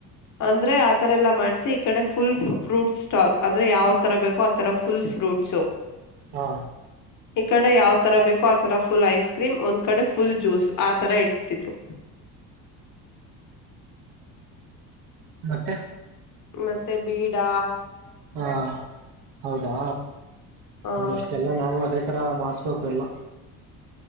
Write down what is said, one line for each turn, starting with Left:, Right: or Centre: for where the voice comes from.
Left: ಅಂದ್ರೆ ಆ ಥರ ಎಲ್ಲ ಮಾಡ್ಸಿ ಈ ಕಡೆ ಫುಲ್ ಫ್ರೂಟ್ಸ್ ಸ್ಟಾಲ್ ಅಂದ್ರೆ ಯಾವ? ತರ ಬೇಕೋ ಆ ಥರ ಫುಲ್ ಫ್ರೂಟ್ಸು.
Right: ಹಾ
Left: ಈ ಕಡೆ ಯಾವ್ತರ? ಬೇಕೋ ಆತರ ಫುಲ್ ಐಸ್ಕ್ರೀಮ್ ಒಂದ್ ಕಡೆ ಫುಲ್ ಜ್ಯೂಸ್ ಆತರ ಇಟ್ಟತಿದ್ರು.
Right: ಮತ್ತೆ.
Left: ಮತ್ತೆ ಬೀಡ.. !
Right: ಹಾ.. ! ಹೌದಾ!
Left: ಆ
Right: ಇನ್ನಿಷ್ಟೆಲ್ಲ ನಾವು ಅದೇ ತರ ಮಾಡಸ್ಬೇಕು ಎಲ್ಲ.